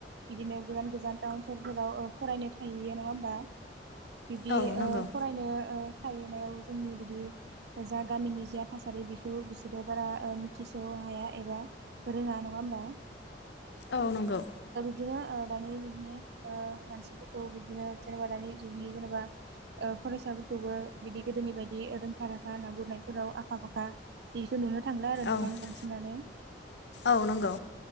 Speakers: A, on the right (about 65°); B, on the left (about 75°).
A: बिदिनो गोदान गोजान टाउन स फोराव ओ फरायनो थाहैयो नङा होमबा बिब्दि
B: औ नंगौ औ नंगौ नंगौ
A: ओ फरायनो ओ थाहैनायाव जोंनि बिदि जा गामिनि जा थासारि बिखौ बिसोरो बारा मिथिसह हाया एबा रोङा नङा होमबा।
B: औ नंगौ।
A: दिनो ओ दानि जुगनि ओ मानसिफोरखौ बिदिनो जेनेबा दानि जुगनि जेनेबा ओ फरायसाफोरखौबो बिदि गोदोनि बायदि रोंखा राखा ना गुरनायफोराव आखा फाखा बेसो नुनो थांला आरो नोंथां
B: औ
A: बांसिनानो।
B: औ नंगौ